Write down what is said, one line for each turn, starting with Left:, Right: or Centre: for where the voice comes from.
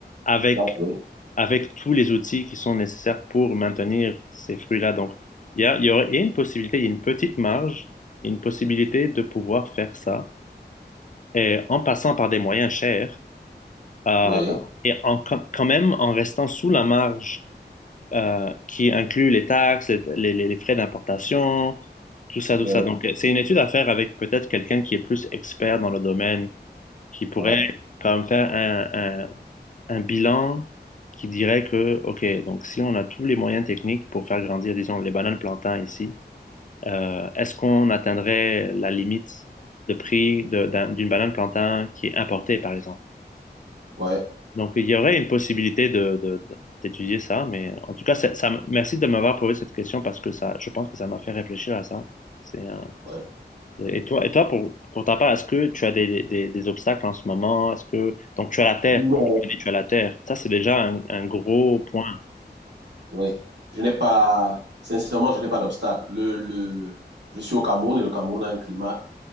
Left: avec
Right: place, oui.
Left: avec tous les outils qui sont nécessaires pour maintenir ces fruits-là. Donc, il y a, il y aura- il y a une possibilité, il y a une petite marge, une possibilité de pouvoir faire ça et en passant par des moyens chers euh,
Right: Oui,
Left: et en, quand quand même en restant sous la marge euh, qui inclut les taxes, les, les- les- frais d'importation, tout ça, tout
Right: oui,
Left: ça. Donc, euh, c'est une étude à faire avec peut-être quelqu'un qui est plus expert dans le domaine, qui pourrait
Right: ouais,
Left: comme faire un, un bilan qui dirait que, OK, donc si on a tous les moyens techniques pour faire grandir, disons, les bananes plantains ici, euh, est-ce qu'on atteindrait la limite de prix de- d'un- d'une banane plantain qui est importée, par exemple?
Right: ouais,
Left: Donc, il y aurait une possibilité de, de- de- d'étudier ça, mais en tout cas, ça, ça m- merci de m'avoir posé cette question parce que ça, je pense que ça m'a fait réfléchir à ça. C'est, euh,
Right: ouais.
Left: et toi, et toi pour, pour ta part, est-ce que tu as des, des, des obstacles en ce moment? Est-ce que, donc, tu as la terre,
Right: Non.
Left: comme tu dis, tu as la terre. Ça, c'est déjà un un gros point
Right: Oui. Je n'ai pas, sincèrement, je n'ai pas d'obstacle. Le, le, je suis au Cameroun et le Cameroun a un climat